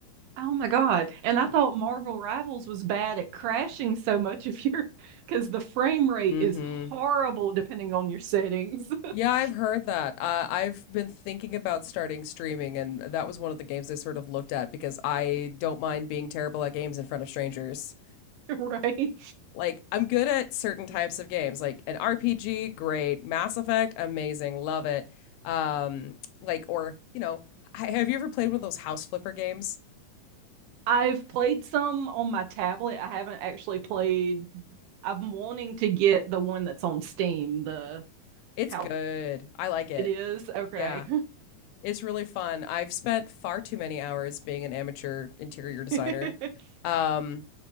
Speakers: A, on the right; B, on the left.
A: Oh my God. And I
B: Yeah.
A: thought Marvel Rivals was bad at crashing so much if you're because <laughs> the frame rate
B: Mm-hmm.
A: is horrible depending on your settings. <laughs>
B: Yeah, I've heard that. Uh, I've been thinking about starting streaming, and that was one of the games I sort of looked at because I don't mind being terrible at games in front of strangers.
A: Right.
B: Like I'm good at certain types of games, like an RPG, great. Mass Effect, amazing, love it. Um, like or you know, ha- have you ever played one of those house flipper games?
A: I've played some on my tablet. I haven't actually played. I'm wanting to get the one that's on Steam, the
B: It's
A: how
B: good. I like it.
A: it is. Okay.
B: Yeah, it's really fun. I've spent far too many hours being an amateur interior designer.
A: <laughs>
B: Um,